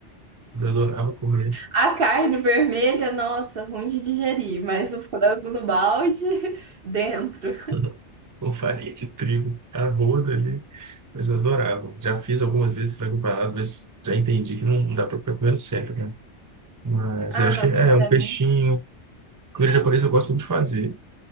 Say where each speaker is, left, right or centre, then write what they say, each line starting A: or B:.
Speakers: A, on the right (about 25°); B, on the right (about 55°).
A: Eu adorava comer
B: A carne vermelha, nossa, ruim de digerir, mas o frango no balde, <laughs> dentro.
A: <laughs> com farinha de trigo, arroz ali. Mas eu adorava. Já fiz algumas vezes frango empanado, mas já entendi que não dá para ficar comendo sempre, né? Mas
B: Ah,
A: eu acho
B: não,
A: que é
B: mas
A: um
B: é
A: peixinho.
B: muito.
A: Comida japonesa eu gosto muito de fazer.